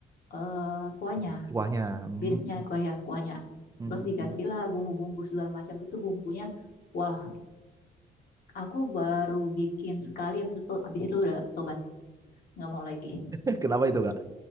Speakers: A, on the left; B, on the right.
A: eh, kuahnya,
B: Jadi Kuahnya. Mm.
A: base-nya kuah ya kuahnya.
B: Mm-mm.
A: Terus dikasihlah bumbu-bumbu segala macam itu bumbunya. Wah, aku baru bikin sekali habis itu habis itu udah tobat, nggak mau lagi.
B: <laughs> Kenapa itu, Kak?